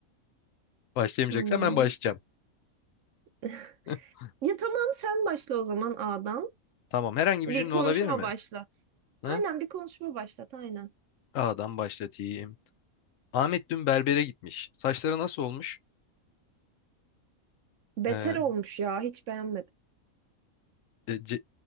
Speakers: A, on the left (about 70°); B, on the right (about 65°).
A: Başlayamayacaksan
B: Tamam.
A: ben başlayacağım.
B: <laughs>
A: <laughs>
B: Ya tamam sen başla o zaman A'dan.
A: Tamam. Herhangi
B: Bir
A: bir cümle
B: konuşma
A: olabilir mi?
B: başlat.
A: Hı?
B: Aynen bir konuşma başlat aynen.
A: A'dan başlatayım. Ahmet dün berbere gitmiş. Saçları nasıl olmuş?
B: Beter
A: Ee,
B: olmuş ya hiç beğenmedim.
A: e, C-